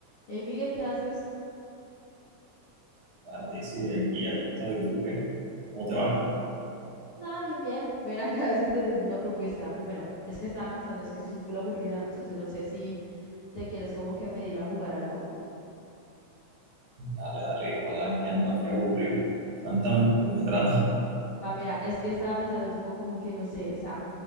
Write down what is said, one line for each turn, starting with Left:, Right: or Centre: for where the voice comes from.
Left: Hey Miguel, ¿qué haces?
Right: Dale, sí, aquí acostado y tú, ¿qué? ¿Cómo te va?
Left: Nada, bien, bien. Ven acá, <laughs> es que te tengo una propuesta. Bueno, es que estaba pensando, es que estoy full aburrida, entonces no sé si te quieres como que medir a jugar algo.
Right: Dale, dale, igual aquí ando, aquí aburrido. Cuéntame, ¿de qué se trata?
Left: Va, mira, es que estaba pensando tipo como que no sé, o sea,